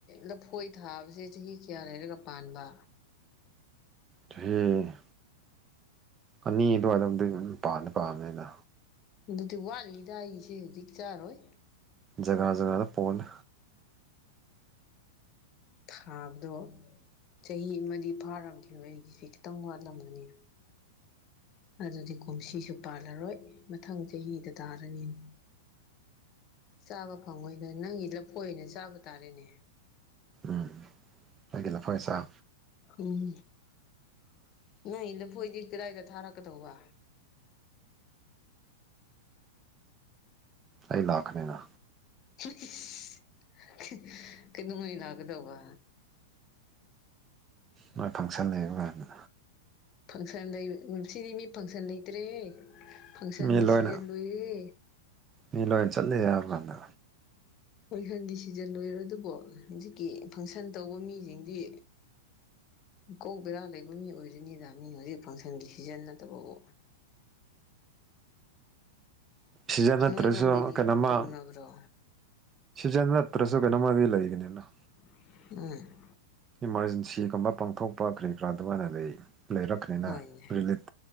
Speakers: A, on the left; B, on the right.
A: ꯂꯐꯣꯏ ꯊꯥꯕꯁꯦ ꯆꯍꯤ ꯀꯌꯥ ꯂꯩꯔꯒ ꯄꯥꯟꯕ
B: ꯆꯍꯤ ꯑꯅꯤ ꯑꯗꯨꯋꯥꯏꯔꯣꯝꯗꯒꯤ ꯑꯗꯨꯝ ꯄꯥꯟꯗ ꯄꯥꯟꯕꯅꯦꯅ
A: ꯑꯗꯨꯗꯤ ꯋꯥꯠꯂꯤꯗ ꯑꯩꯒꯤꯁꯦ ꯍꯧꯖꯤꯛ ꯆꯥꯔꯣꯏ
B: ꯖꯒꯥ ꯖꯒꯥꯗ ꯄꯣꯜꯂꯦ
A: ꯊꯥꯕꯗꯣ ꯆꯍꯤ ꯑꯃꯗꯤ ꯐꯥꯔꯝꯈꯤꯔꯣꯏ ꯑꯩꯒꯤꯁꯤ ꯈꯤꯇꯪ ꯋꯥꯠꯂꯝꯒꯅꯤ ꯑꯗꯨꯗꯤ ꯀꯨꯝꯁꯤꯁꯨ ꯄꯥꯜꯂꯔꯣꯏ ꯃꯊꯪ ꯆꯍꯤꯗ ꯇꯥꯔꯅꯤꯅꯦ ꯆꯥꯕ ꯐꯪꯉꯣꯏꯗ ꯅꯪꯒꯤ ꯂꯐꯣꯏ ꯑꯣꯏꯅ ꯆꯥꯕ ꯇꯥꯔꯦꯅꯦ
B: ꯎꯝ ꯑꯩꯒꯤ ꯂꯐꯣꯏ ꯆꯥꯎ
A: ꯎꯝ ꯅꯪꯒꯤ ꯂꯐꯣꯏꯗꯤ ꯀꯗꯥꯏꯗ ꯊꯥꯔꯛꯀꯗꯧꯕ
B: ꯑꯩ ꯂꯥꯛꯀꯅꯤꯅ
A: <unintelligible> ꯀꯩꯩꯗꯧꯉꯩ ꯂꯥꯛꯀꯗꯧꯕ
B: ꯅꯣꯏ ꯐꯪꯁꯟ ꯂꯩꯕ ꯀꯥꯟꯗ
A: ꯐꯪꯁꯟꯗ ꯑꯩ ꯅꯨꯡꯁꯤꯔꯤꯅꯤ ꯐꯪꯁꯟ ꯂꯩꯇ꯭ꯔꯦ ꯐꯪꯁꯟꯒꯤ
B: ꯃꯤ ꯂꯣꯏꯅ
A: ꯁꯤꯖꯟ ꯂꯣꯏꯔꯦ
B: ꯃꯤ ꯂꯣꯏꯅ ꯆꯠꯂꯦ ꯍꯥꯏꯕ ꯀꯥꯟꯗ
A: ꯐꯪꯁꯟꯗꯤ ꯁꯤꯖꯟ ꯂꯣꯏꯔ ꯗꯨꯕꯨ ꯍꯧꯖꯤꯛꯀꯤ ꯐꯪꯁꯟ ꯇꯧꯕ ꯃꯤꯁꯤꯡꯗꯤ ꯏꯀꯣꯛ ꯕꯦꯔꯥ ꯂꯩꯕ ꯃꯤ ꯑꯣꯏꯔꯤꯅꯤꯗ ꯃꯤ ꯍꯧꯖꯤꯛ ꯐꯪꯁꯟꯒꯤ ꯁꯤꯖꯟ ꯅꯠꯇꯕꯕꯨ
B: ꯁꯤꯖꯟ ꯅꯠꯇ꯭ꯔꯁꯨ
A: ꯅꯣꯏꯔꯣꯝꯗꯗꯤ
B: ꯀꯩꯅꯣꯝꯃ
A: ꯇꯧꯅꯕ꯭ꯔꯣ
B: ꯁꯤꯖꯟ ꯅꯠꯇ꯭ꯔꯁꯨ ꯀꯩꯅꯣꯝꯃꯗꯤ ꯂꯩꯒꯅꯤꯅ
A: <unintelligible>
B: ꯏꯃꯥꯔꯖꯦꯟꯁꯤꯒꯨꯝꯕ ꯄꯥꯡꯊꯣꯛꯄ ꯀꯔꯤ ꯀ꯭ꯔꯥ ꯑꯗꯨꯃꯥꯏꯅ ꯂꯩ ꯂꯩꯔꯛꯈ꯭ꯔꯦꯅ
A: ꯍꯣꯏꯅꯦ
B: ꯔꯤꯂꯤꯠ